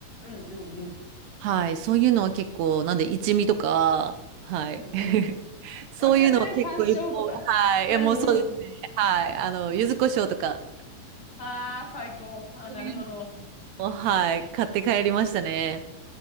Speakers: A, on the left; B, on the right.
A: うんうん。
B: はい。そういうのは結構、なんで一味とか、はい。
A: うんうん。
B: <laughs> そういうのは結構一方はい。
A: わかる山椒とか。うんうん。
B: いや、もうそうですね。はい。あの、柚子胡椒とか、
A: ああ、最高。ああ、
B: そういうの
A: なるほど。
B: も、はい。買って帰りましたね。